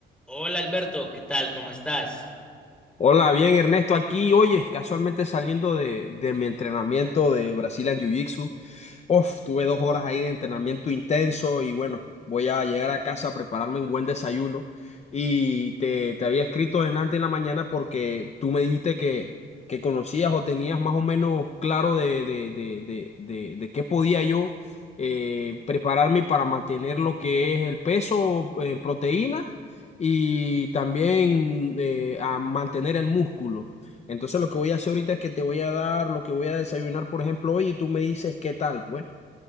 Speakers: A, in the centre; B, on the left.
A: Hola Alberto, ¿qué tal? ¿Cómo estás?
B: Hola, bien Ernesto, aquí, oye, casualmente saliendo de, de mi entrenamiento de Brazilian Jiu-Jitsu. Uf, tuve dos horas ahí de entrenamiento intenso y bueno, voy a llegar a casa a prepararme un buen desayuno. Y te, te había escrito delante en la mañana porque tú me dijiste que, que conocías o tenías más o menos claro de, de, de, de, de, de qué podía yo eh, prepararme para mantener lo que es el peso en proteína y también eh, a mantener el músculo. Entonces lo que voy a hacer ahorita es que te voy a dar lo que voy a desayunar, por ejemplo, hoy y tú me dices qué tal, pues.